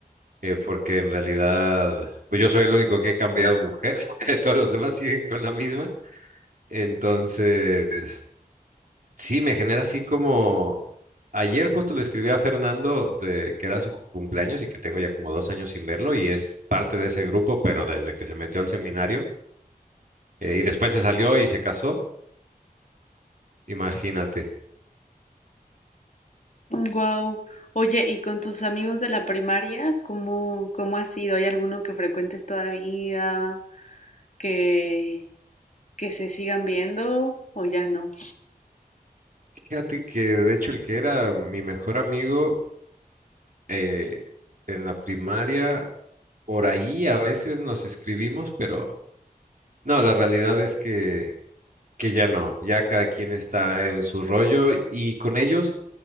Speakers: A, on the right; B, on the left.
A: eh, porque en realidad, pues yo soy el único que he cambiado mujer, <laughs> todos los demás siguen con la misma. Entonces, sí, me genera así como... Ayer justo le escribí a Fernando de que era su cumpleaños y que tengo ya como dos años sin verlo y es parte de ese grupo, pero desde que se metió al seminario eh, y después se salió y se casó, imagínate.
B: Wow. Oye, ¿y con tus amigos de la primaria, cómo, cómo ha sido? ¿Hay alguno que frecuentes todavía, que, que se sigan viendo o ya no?
A: Fíjate que de hecho el que era mi mejor amigo eh, en la primaria, por ahí a veces nos escribimos, pero no, la realidad es que, que ya no, ya cada quien está en su rollo y con ellos,